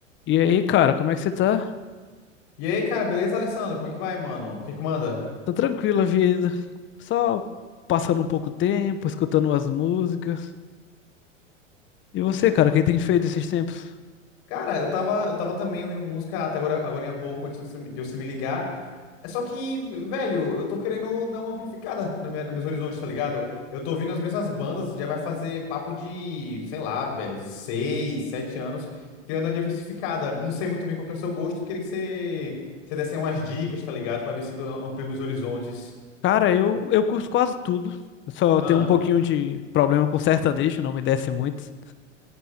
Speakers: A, on the left (about 30°); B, on the left (about 50°).
A: E aí, cara, como é que você tá?
B: E aí, cara, beleza, Alessandro? Como é que vai, mano? O que que manda?
A: Tá tranquila a vida? Só passando um pouco tempo, escutando umas músicas. E você, cara, o que tem feito esses tempos?
B: Cara, eu tava, eu tava também ouvindo música até agora, agora há pouco, antes de você me de você me ligar. É Só que, velho, eu tô querendo dar uma amplificada no meu, nos meus horizontes, tá ligado? Eu tô ouvindo as mesmas bandas, já vai fazer papo de, sei lá, velho, seis, sete anos, querendo uma diversificada. Não sei muito bem qual que é o seu gosto, queria que você, você desse aí umas dicas, tá ligado? Pra ver se eu amplio meus horizontes.
A: Cara, eu, eu curto quase tudo. Eu só
B: Ah,
A: tenho um pouquinho de problema com sertanejo, não me desce muito.